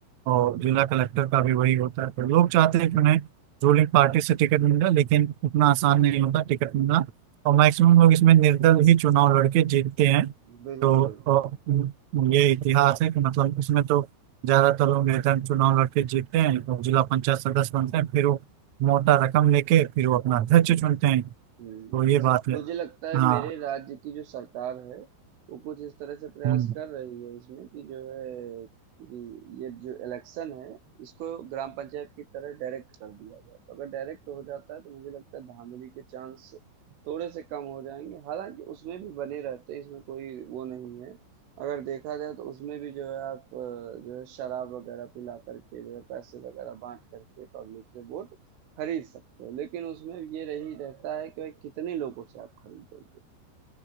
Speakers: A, on the right; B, on the right.
A: और जिला कलेक्टर का भी वही होता है तो लोग चाहते हैं कि उन्हें रूलिंग पार्टी से टिकट मिल जाए लेकिन उतना आसान नहीं होता टिकट मिलना और मैक्सिमम लोग इसमें निर्दल ही चुनाव लड़के जीतते हैं
B: बिल्कुल
A: तो अ, ये इतिहास है कि मतलब इसमें तो ज्यादातर लोग निर्दल चुनाव लड़के जीतते हैं और जिला पंचायत सदस्य बनते हैं फिर वो मोटा रकम लेके फिर वो अपना अध्यक्ष चुनते हैं
B: हम्म
A: तो ये बात है
B: मुझे लगता है
A: हाँ
B: मेरे राज्य की जो सरकार है वो कुछ इस तरह से प्रयास
A: हम्म,
B: कर रही है इसमें कि जो है कि ये जो इलेक्शन है इसको ग्राम पंचायत की तरह डायरेक्ट कर दिया जाए तो अगर डायरेक्ट हो जाता है तो मुझे लगता है धांधली के चांस थोड़े से कम हो जाएंगे हालांकि उसमें भी बने रहते हैं इसमें कोई वो नहीं है अगर देखा जाए तो उसमें भी जो है आप अ, जो है शराब वगैरह पिला करके जो है पैसे वगैरह बांट करके पब्लिक से वोट खरीद सकते हो लेकिन उसमें ये रही रहता है कि भाई कितने लोगों से आप खरीदोगे